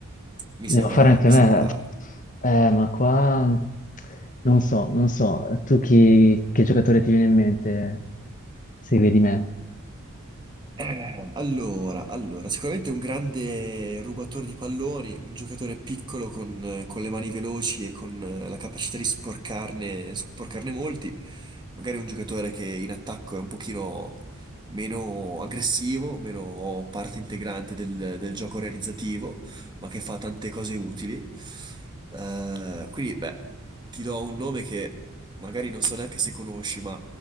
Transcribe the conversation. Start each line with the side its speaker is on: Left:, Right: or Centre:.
Right: Mi
Left: Devo
Right: sembra,
Left: fare anche
Right: mi
Left: me.
Right: sembra
Left: Eh, ma qua non so, non so. Tu chi, che giocatore ti viene in mente se vedi me?
Right: Eh, Allora, allora, sicuramente un grande rubatore di palloni, un giocatore piccolo con, eh, con le mani veloci e con eh, la capacità di sporcarne, sporcarne molti, magari un giocatore che in attacco è un pochino meno aggressivo, meno parte integrante del, del gioco realizzativo, ma che fa tante cose utili. Eh, quindi, beh, ti do un nome che magari non so neanche se conosci, ma